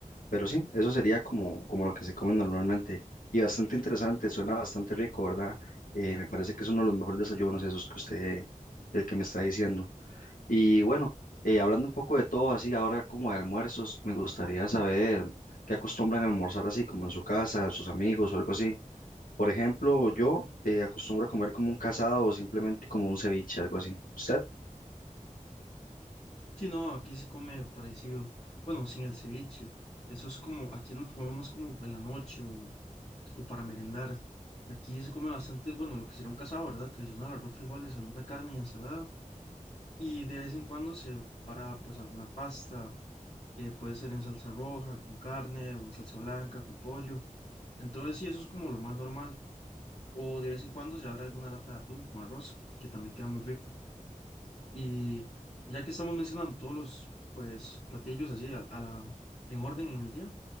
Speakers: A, on the left (about 80°); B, on the left (about 45°).
A: Pero sí, eso sería como, como lo que se come normalmente. Y bastante interesante, suena bastante rico, ¿verdad? Eh, me parece que es uno de los mejores desayunos esos que usted, el que me está diciendo. Y bueno, eh, hablando un poco de todo, así ahora como de almuerzos, me gustaría saber qué acostumbran a almorzar así como en su casa, sus amigos o algo así. Por ejemplo, yo eh, acostumbro a comer como un casado o simplemente como un ceviche, algo así. ¿Usted?
B: Sí, no, aquí se come parecido, bueno, sin el ceviche. Eso es como, aquí lo comemos más como en la noche o, o para merendar. Aquí se come bastante, bueno, lo que sería un casado, ¿verdad? Tradicional, arroz, frijoles, alguna carne y ensalada Y de vez en cuando se para pues alguna pasta, eh, puede ser en salsa roja, con carne o en salsa blanca, con pollo. Entonces sí, eso es como lo más normal. O de vez en cuando se abre alguna lata de atún con arroz, que también queda muy rico. Y ya que estamos mencionando todos los pues platillos así a, a la, en orden en el día,